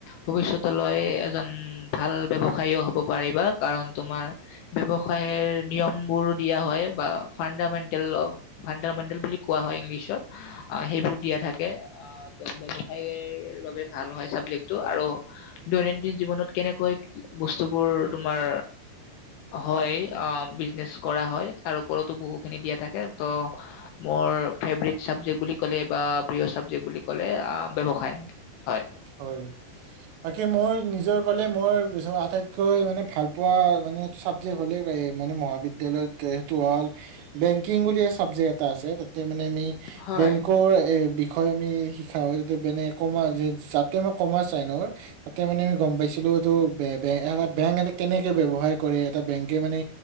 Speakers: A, on the left; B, on the right.
A: ভৱিষ্যতলৈ এজন ভাল ব্যৱসায়ো হব পাৰিবা কাৰণ তোমাৰ ব্যৱসায়ৰ নিয়ম বোৰো দিয়া হয় বা। ফাণ্ডামেণ্টেল অ ফাণ্ডামেণ্টেল বুলি কোৱা হয় ইংলিছত সেইবোৰ দিয়া থাকে ত ব্যৱসায়ৰ বাবে ভাল হয় চাবজেক্টটো আৰু দৈনন্দিন জীৱনত কেনেকৈ বস্তুবোৰ তোমাৰ হয় বিজনেছ কৰা হয় তিৰ। ওপৰতো বহুখিনি দিয়া থাকে ত' মোৰ ফেভৰেট চাবজেক্ট বুলি ক'লে বা প্ৰিয় চাবজেক্ট বুলি ক'লে ব্যৱসায়ৰ হয়।
B: হয় বাকী মোৰ নিজৰ কলে মোৰ আটাইতকৈ মানে ভাল পোৱা মানে চাবজেক্ হলে মানে মহাবিদ্যালয়ত সেইটো হল বেংকিং বুলি চাবজেক্ এটা আছে তাতে। মানে এনেই আমি
A: হয়।
B: বেংকৰ বিশেষ। শয়নি হিখাৰেল দি বনাই আজি যায়। ম কৰ্মচ তাতে মানে আমি গম পাইছিলো এইটো এটা বেংক এটা কেনেকে ব্ৱসায় কৰে এটা বেংকে মানে